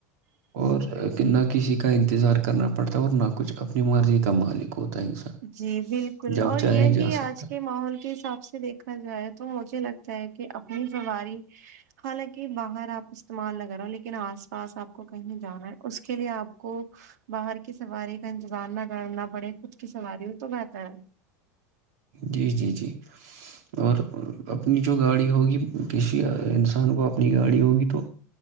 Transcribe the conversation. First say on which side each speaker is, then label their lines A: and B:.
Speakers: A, on the right; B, on the right.
A: اور کہ نہ کسی کا انتظار کرنا پڑتا ہے اور نہ کچھ اپنی مرضی کا مالک ہوتا ہے انسان
B: جی بالکل
A: جب
B: اور
A: چاہے
B: یہی
A: جا سکتا
B: آج
A: ہے
B: کے ماحول کے حساب سے دیکھا جائے تو مجھے لگتا ہے کہ اپنی سواری حالانکہ باہر آپ استعمال نہ کرو لیکن آج پاس آپ کو کہیں جانا ہے اس کے لیے آپ کو باہر کی سواری کا انتظار نہ کرنا پڑے کچھ کی سواری ہو تو بتا ہے
A: جی جی جی اور اپنی جو گاڑی ہوگی کسی انسان کو اپنی گاڑی ہوگی تو